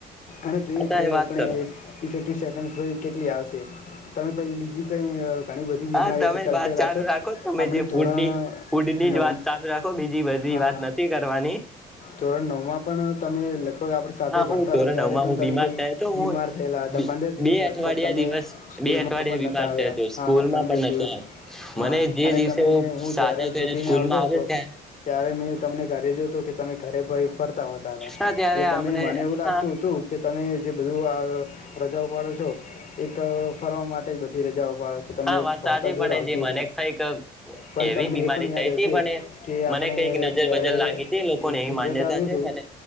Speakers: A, on the left; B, in the centre.
A: અને જોઈએ
B: અત્યારે
A: આપણે
B: વાત કરો
A: ફિફ્ટીન સેકન્ડ સુધી કેટલી આવશે? છે તમે પછી બીજી કંઈ ઘણી બધી બીમારીઓ
B: હા તમે
A: છે તડફેલા
B: વાત ચાલુ
A: છો
B: રાખો તમે
A: આપણે
B: જે
A: ધોરણ
B: ફૂડની ફૂડની
A: નવ
B: જ વાત ચાલુ રાખો બીજી બધી
A: હા
B: વાત
A: હા
B: નથી કરવાની
A: ધોરણ નવમાં પણ તમે લગભગ આપણે સાથે
B: હા
A: પણ
B: હું
A: ત્યારે
B: ધોરણ નવમાં
A: પણ
B: હું
A: તમે
B: બીમાર
A: કઈ
B: થયો તો
A: બીમાર
B: હું
A: થયેલા હતા
B: બી
A: પંદર દિવસ
B: બે
A: લગભગ
B: અઠવાડિયા
A: તમે
B: દિવસ
A: સ્કૂલમાં
B: બે અઠવાડિયા
A: પણ
B: બીમાર
A: નતા આવ્યા
B: થયો હતો સ્કૂલમાં
A: હા-હા પંદર
B: પણ
A: દિવસ
B: નતો આવ્યો
A: હા
B: મને જે
A: અને
B: દિવસે
A: તમે હું
B: સાજા
A: જયારે
B: થઈને
A: છૂટીને
B: સ્કૂલમાં
A: આવતો
B: આવે
A: હતો
B: ત્યાં
A: ત્યારે મેં તમને ઘરે જોતો કે તમે ઘરે ભઈ ફરતા હોતા હતા
B: હા ત્યારે
A: એટલે
B: આપણે
A: તમ નઈ મને એવું લાગ
B: હા
A: તું હતું કે તમે જે બધું આ રજાઓ પાડો છો એક ફરવા માટે જ બધી રજાઓ પાડો છો તમને
B: હા વાત
A: ભણતા
B: સાચી
A: જોર
B: પણ
A: આવતું
B: જે
A: હતું
B: મને કઈક
A: પણ
B: એવી
A: તમને
B: બીમારી
A: એ પણ યાદ
B: થઈ હતી
A: હશે
B: પણ
A: કે
B: મને
A: આપણે
B: કઈક નજર
A: જયારે
B: બજર લાગી હતી લોકોને એવી
A: રિઝલ્ટ
B: માન્યતા
A: આવ્યું
B: છે
A: હતું
B: મને